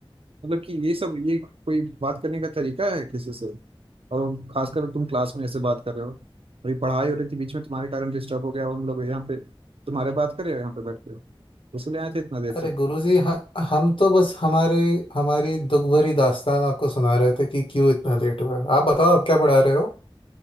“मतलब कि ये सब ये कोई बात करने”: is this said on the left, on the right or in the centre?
Right